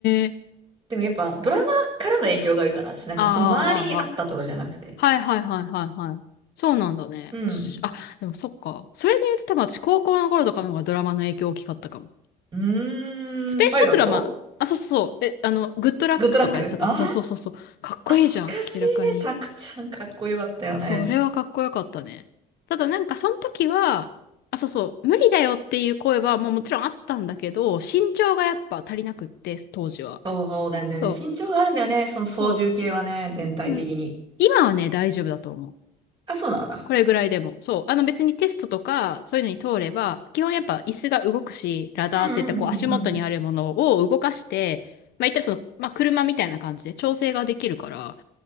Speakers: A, on the left (about 75°); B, on the right (about 30°).
A: え。
B: でもやっぱドラマからの影響が多いから、私なんかその周りにあったとかじゃなくて。
A: ああ、ああ、ああ。はいはいはいはいはい。そうなんだね。
B: うん。
A: ちあ、でもそっか。それで言うと多分私高校の頃とかの方がドラマの影響大きかったかも。
B: うーん、
A: スペースシャトルはまあ、
B: パイロット
A: あ、そうそうそう。え、あの、グッドラックとかやってたから、
B: グッドラックあ
A: そうそうそうそう。かっこいいじゃん、
B: あ懐かしいね。
A: 明らかに。
B: タクちゃんかっこよかったよね。
A: それはかっこよかったね。ただなんかその時は、あ、そうそう、無理だよっていう声は、まあもちろんあったんだけど、身長がやっぱ足りなくって、当時は。
B: そうなんだよね。
A: そう。
B: 身長があるんだよね。その操縦系はね、
A: そう。
B: 全体的に。
A: でもね、今はね、大丈夫だと思う。
B: あ、そうなんだ。
A: これぐらいでも。そう。あの別にテストとか、そういうのに通れば、基本やっぱ椅子が動くし、ラダーって言ってこう足元にあるものを動かして、
B: うんうんうん
A: まあ言ったらその、まあ車みたいな感じで調整ができるから、